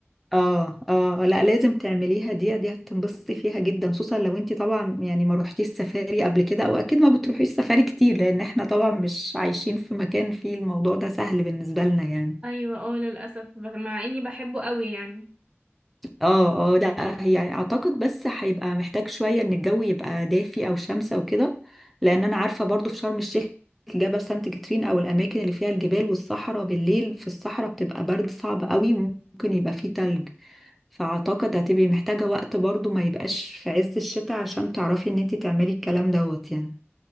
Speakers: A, in the centre; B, on the right (about 15°).
A: اه اه لا لازم تعمليها دي دي هتنبسطي فيها جدا خصوصا لو انت طبعا يعني ما روحتيش السفاري قبل كده او اكيد ما بتروحيش السفاري كتير لان احنا طبعا مش عايشين في مكان فيه الموضوع ده سهل بالنسبه لنا يعني
B: ايوه اه للأسف ب- مع اني بحبه قوي يعني
A: اه اه لا هي يعني اعتقد بس هيبقى محتاج شوية ان الجو يبقى دافي او شمسة وكده لان انا عارفة برضو في شرم الشيخ جبل سانت كاترين او الاماكن اللي فيها الجبال والصحراء بالليل في الصحراء بتبقى برد صعب قوي وممكن يبقى فيه تلج فاعتقد هتبقي محتاجة وقت برضو ما يبقاش في عز الشتاء عشان تعرفي ان انتي تعملي الكلام دوت يعني